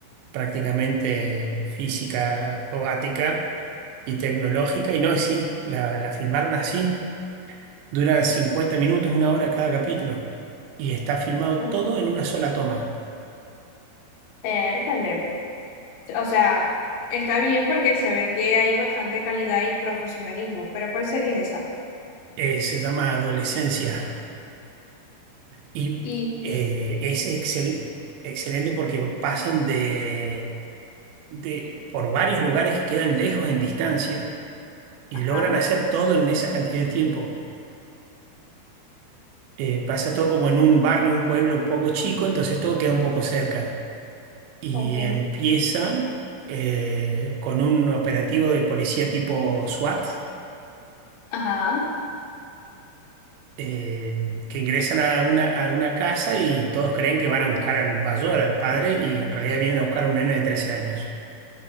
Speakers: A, on the right; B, on the left.
A: prácticamente física, acrobática y tecnológica, y no es así, la, la filmaron así, duran 50 minutos, una hora cada capítulo, y está filmado
B: cuéntame.
A: todo en una sola toma.
B: Pértale. O sea, está bien porque se ve que hay bastante calidad y profesionalismo, pero ¿cuál sería esa?
A: Eh, se llama Adolescencia. Y
B: Y,
A: eh, es excel- excelente porque pasan de, de- por varios lugares que quedan lejos en distancia y
B: ajá,
A: logran hacer todo en esa cantidad de tiempo. Eh, pasa todo como en un barrio, un pueblo un poco chico, entonces todo queda un poco cerca. Y
B: Ok.
A: empieza eh, con un operativo de policía tipo SWAT.
B: ajá,
A: eh, que ingresan a una, a una casa y todos creen que van a buscar al mayor, al padre, y en realidad vienen a buscar a un nene de 13 años.